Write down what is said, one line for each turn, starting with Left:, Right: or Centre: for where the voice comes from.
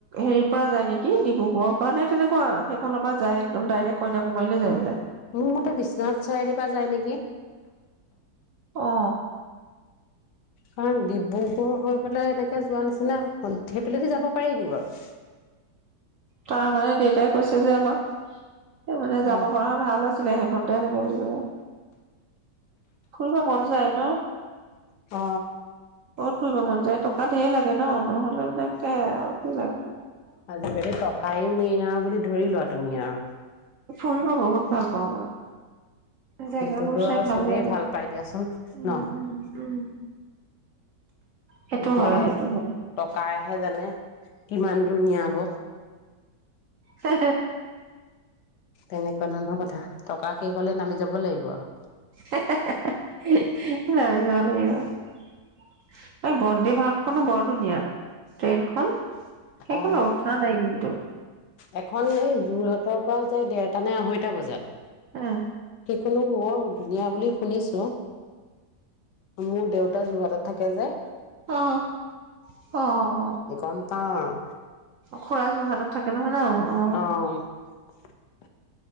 Right: হেৰি পৰা যায় নেকি ডিব্ৰুগড় কোৱা নাই তেনেকুৱা ফালৰ পৰা যায় একম ডাইৰেক্ট কইনা কুমাৰিলৈ যায় বোলে
Left: মোৰ মতে বিশ্বনাথ চাৰিআলিৰ পৰা যায় নেকি?
Right: অ
Left: কাৰণ ডিব্ৰুগড় হৈ পেলাই এনেকে তে যোৱা নিচিনা সন্ধেই পেল যাব পাৰি নি বাৰু
Right: তাৰ মানে দেউতাই কৈছে যে আমাক মানে
Left: অ
Right: যাব পৰা ভাল আছিলে সহ সদায় লাগে বুলি ক'লে ফুৰিব মন যাই ন
Left: অ
Right: কত ফুৰিব মন যায় তোক অকান ঢেই লাগে ন নহ'লে মানে কি লাগ
Left: আজিকালি টকাই মেইনা বুলি ধৰি লোৱা তুমি আৰু
Right: ফোনটু বহুত ভাল পাওঁ মই জেগাবোৰ
Left: সেইটোতো
Right: চাই
Left: আৰু চবেই
Right: লাগে
Left: ভাল পাই দিয়াচোন ন
Right: উম উম উম সেইটো
Left: এতিয়া
Right: হয়
Left: আৰু
Right: সেইটো হয়
Left: টকাইহে জানে কিমান ধুনীয়া হব
Right: হ
Left: তেনেকুৱা ধৰণৰ কথা টকা শেষ হ'লে নামি যাব লাগিব আৰু
Right: হে হে এই বন্দে ভাৰতখনো বৰ ধুনীয়া ট্ৰেইনখন সেই
Left: অ
Right: খনত‌ উঠা নাই কিন্তু
Left: এখন এই যোৰহাটৰ পৰা যাই দেৰটা নে আঢ়ৈটা বজাত
Right: হে
Left: সেইখনো বৰ ধুনীয়া বুলি শুনিছো মোৰ দেউতা যোৰহাটত থাকে যে
Right: অহ অহ
Left: গম পাওঁ আৰু।
Right: অ খুৰা যোৰহাট তাত থাকে নহয় অ
Left: অহ